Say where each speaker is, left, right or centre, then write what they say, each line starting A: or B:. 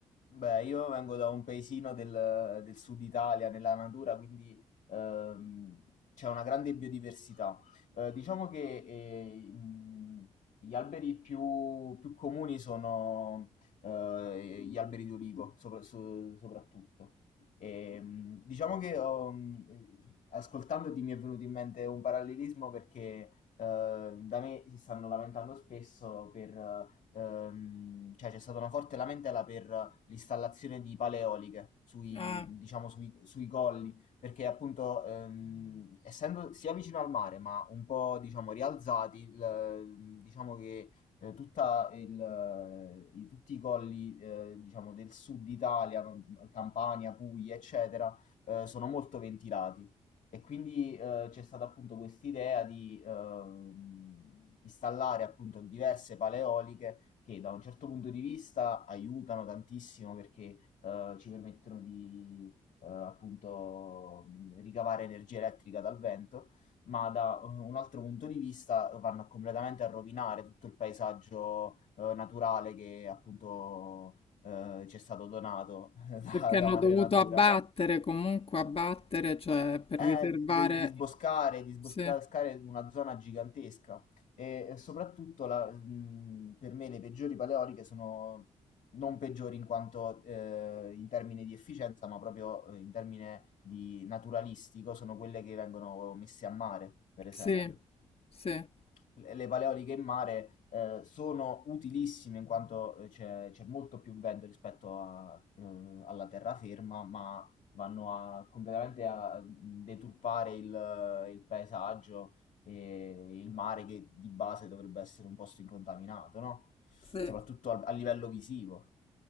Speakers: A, on the left; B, on the left.
A: Beh, io vengo da un paesino del, del sud Italia, nella natura, quindi ehm, c'è una grande biodiversità. Eh, diciamo che eh, mh, gli alberi più, più comuni sono eh, gli alberi di olivo, sopra- so- soprattutto. E, mh, diciamo che ho, mh, eh, ascoltandoti mi è venuto in mente un parallelismo perché eh, da me si stanno lamentando spesso per... eh, ehm, cioè c'è stata una forte lamentela per l'installazione di paleoliche sui,
B: Eh,
A: diciamo, sui, sui colli, perché appunto ehm, essendo sia vicino al mare ma un po' diciamo rialzati, il- diciamo che eh, tutta il- eh, i- tutti i colli eh, diciamo, del sud Italia, no, Campania, Puglia, eccetera, eh, sono molto ventilati. E quindi eh, c'è stata appunto quest'idea di ehm, installare appunto diverse paleoliche che da un certo punto di vista aiutano tantissimo perché eh, ci permettono di eh, appunto mh, ricavare energia elettrica dal vento, ma da eh, un altro punto di vista vanno completamente a rovinare tutto il paesaggio eh, naturale che appunto eh, ci è stato donato <laughs>
B: perché
A: da, da
B: hanno
A: madre
B: dovuto
A: natura
B: abbattere, comunque abbattere, cioè per
A: eh,
B: riservare...
A: de- di sboscare, di sboscare
B: Sì,
A: una zona gigantesca e e soprattutto la- mh, per me le peggiori paleoliche sono non peggiori in quanto eh, in termini di efficienza, ma proprio eh, in termini di naturalistico, sono quelle che vengono messe a mare, per esempio
B: sì, sì,
A: le le paleoliche in mare eh, sono utilissime in quanto eh, c'è, c'è molto più vento rispetto a, eh, alla terraferma, ma vanno a, completamente a mm, deturpare il, il paesaggio e il mare che di base dovrebbe essere un posto incontaminato, no?
B: sì.
A: Soprattutto a, a livello visivo.